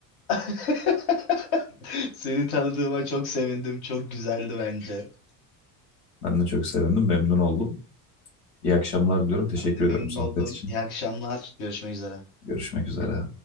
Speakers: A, on the left; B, on the left.
A: <laughs> Seni tanıdığıma çok sevindim. Çok güzeldi bence.
B: Ben de çok sevindim, memnun oldum. İyi akşamlar diliyorum. Teşekkür
A: Ben de memnun
B: ediyorum sohbet
A: oldum.
B: için.
A: İyi akşamlar. Görüşmek üzere.
B: Görüşmek üzere.